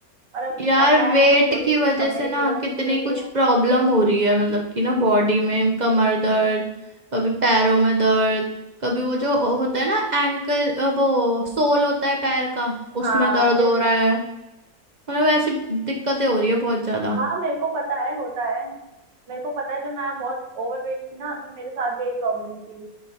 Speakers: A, on the right; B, on the right.
A: और अब
B: यार
A: अब मैं
B: वेट
A: थोड़ी
B: की वजह
A: अब
B: से
A: मेरी फिगर
B: ना
A: अच्छी
B: कितनी
A: हो गई
B: कुछ
A: है
B: प्रॉब्लम हो रही है मतलब कि ना बॉडी में कमर दर्द कभी पैरों में दर्द कभी वो जो होता है ना एंकल वो सोल होता है पैर का उसमें
A: हाँ
B: दर्द
A: मेरे
B: हो रहा है मतलब ऐसी दिक्कतें हो रही है बहुत ज्यादा
A: हाँ मेरे को पता है होता है मेरे को पता है जब मैं बहुत ओवरवेट थी ना तब मेरे साथ भी यही प्रॉब्लम थी